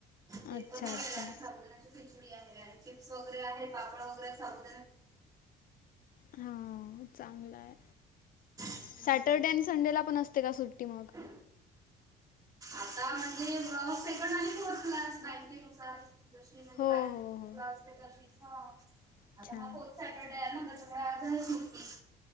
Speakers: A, on the right; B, on the left.
A: ते
B: अच्छा,
A: पण मबध
B: अच्छा.
A: खिचडी आहे आणि वगैरे पापड वगैरे साबूद,
B: हा, चांगलं आहे
A: हम्म.
B: सॅटर्डे आणि संडेला पण असते का सुट्टी मग?
A: <inaudible> आता म्हणजे सेकंड आणि फोर्थलाच बँकेनुसार, ज म्हणजे
B: हो,
A: बँकला
B: हो, हो.
A: असते तशीच आता
B: अच्छा.
A: हा पोच, सॅटर्डे आहे ना त्याच्यामुळे आज आहे सुट्टी.